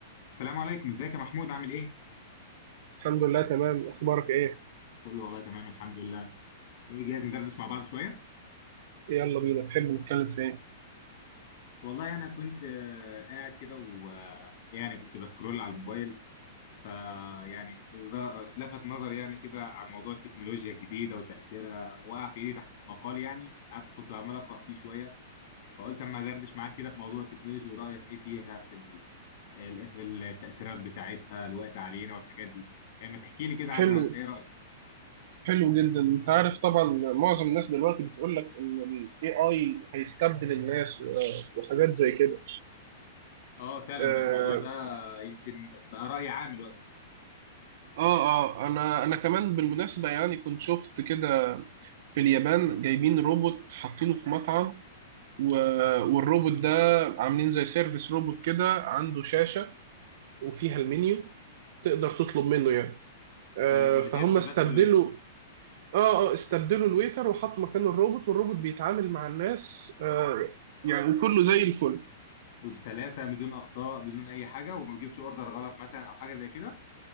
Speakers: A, on the left; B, on the right.
A: السلام عليكم ازيك يا محمود عامل ايه؟
B: الحمد لله تمام اخبارك ايه
A: كله والله تمام الحمد لله ايه جاهز ندردش مع بعض شوية؟
B: يلا بينا تحب نتكلم في ايه
A: والله انا كنت آه، قاعد كده ويعني كنت بسكرول على الموبايل فيعني لفت نظري يعني كده عن موضوع التكنولوجيا الجديدة وتأثيرها وقع في ايدي تحت مقال يعني قعدت كنت عمال أقرأ فيه شوية فقلت اما ادردش معاك كده في موضوع التكنولوجيا ورأيك ايه فيها في ال- ال- في التأثيرات بتاعتها الوقت علينا والحاجات دي يعني ما تحكي لي كده عنها
B: حلو
A: انت ايه رأيك؟
B: حلو جدا انت عارف طبعا معظم الناس دلوقتي بتقول لك ان الاي اي هيستبدل الناس و- وحاجات زي كده
A: اه فعلا
B: اه
A: الموضوع ده يمكن بقى رأي عام دلوقتي
B: اه آه، انا انا كمان بالمناسبة يعني كنت شفت كده في اليابان جايبين روبوت حاطينه في مطعم و- والروبوت ده عاملين زي سيرفيس روبوت كده عنده شاشة وفيها المنيو تقدر تطلب منه يعني آه،
A: آه، من
B: فهم
A: غير تدخل
B: استبدلوا اه اه استبدلوا الويتر وحطوا مكانه الروبوت والروبوت بيتعامل مع الناس آه يعني وكله زي الفل
A: وبسلاسة بدون أخطاء بدون أي حاجة وما بجيبش أوردر غلط مثلا أو حاجة زي كده